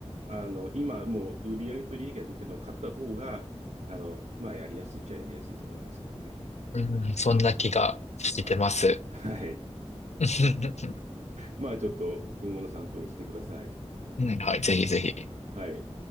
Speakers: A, on the right; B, on the left.
A: あの、今もう売上と利益が出てるのを買った方が、あの、まあやりやすいっちゃやりやすいと思いますけどね。
B: うん。うん、そんな気がしてます。
A: はい。はい。
B: <laughs> う
A: まあちょっと今後の参考にしてください。
B: んはい、ぜひぜひ。
A: はい。